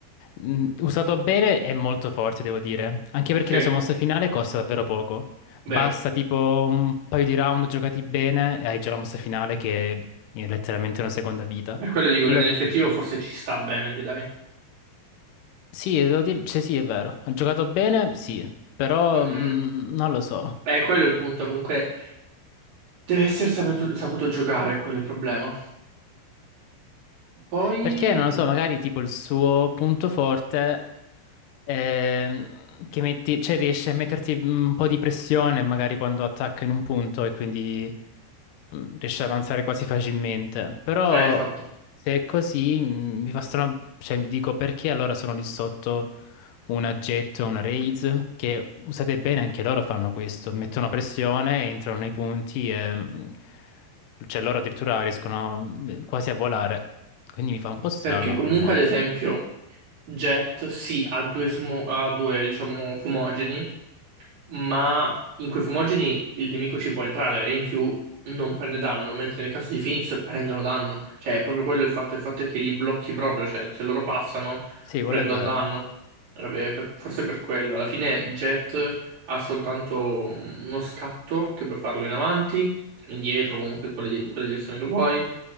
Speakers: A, on the left; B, on the right.
A: Mm, Usato bene è molto forte, devo dire. Anche perché
B: Sì,
A: la sua mossa finale costa davvero poco.
B: vero.
A: Basta tipo un paio di round giocati bene e hai già la mossa finale che è letteralmente una seconda vita.
B: Per quello dico
A: Quello
B: che nell'effettivo
A: sì.
B: forse ci sta bene lì, dai.
A: Sì, devo dire, cioè sì, è vero. Ha giocato bene, sì, però
B: Mhm.
A: mm, non lo so.
B: Eh, quello è il punto, comunque deve essere saputo, saputo giocare, è quello il problema. Poi...
A: Perché
B: mh,
A: non lo so, magari tipo il suo punto forte ehm, che metti, cioè riesce a metterti un po' di pressione magari quando attacca in un punto e quindi mm, riesce ad avanzare quasi facilmente. Però
B: Eh, esatto.
A: se è così mm, mi fa strano, cioè mi dico perché allora sono lì sotto una jet o una raise, che usate bene anche loro fanno questo, mettono pressione, entrano nei punti e mm, cioè loro addirittura riescono mm, quasi a volare. Quindi mi fa un po' strano
B: Perché comunque,
A: come...
B: ad
A: pos-
B: esempio, Jet, sì, ha due, smo- ha due, diciamo, fumogeni, ma in quei fumogeni il nemico ci può entrare e in più non prende danno, mentre nel caso di Phoenix prendono danno. Cioè, è proprio quello il fatto, il fatto è che li blocchi proprio, cioè se loro passano
A: Sì, quello
B: prendono
A: è vero.
B: danno. Vabbè, per- forse per quello. Alla fine Jet ha soltanto uno scatto che puoi farlo in avanti, indietro, comunque in quale, di- in quella direzione che vuoi,